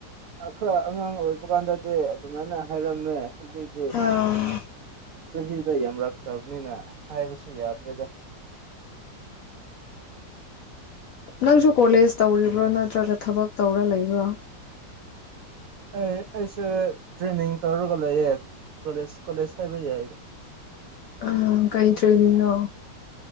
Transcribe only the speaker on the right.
ꯑꯩꯈꯣꯏ ꯑꯉꯥꯡ ꯑꯣꯏꯕ ꯀꯥꯟꯗꯗꯤ ꯑꯗꯨꯃꯥꯏꯅ ꯍꯥꯏꯔꯝꯃꯦ ꯍꯧꯖꯤꯛ
ꯆꯍꯤꯗ ꯌꯥꯝ ꯂꯛꯈ꯭ꯔꯕꯅꯤꯅ ꯍꯥꯏꯕꯁꯨ ꯌꯥꯗ꯭ꯔꯦꯗ
ꯑꯦ ꯑꯩꯁꯦ ꯇ꯭ꯔꯦꯅꯤꯡ ꯇꯧꯔꯒ ꯂꯩꯌꯦ ꯀꯣꯂꯦꯖ ꯀꯣꯂꯦꯖ ꯍꯥꯏꯕ ꯌꯥꯏꯗ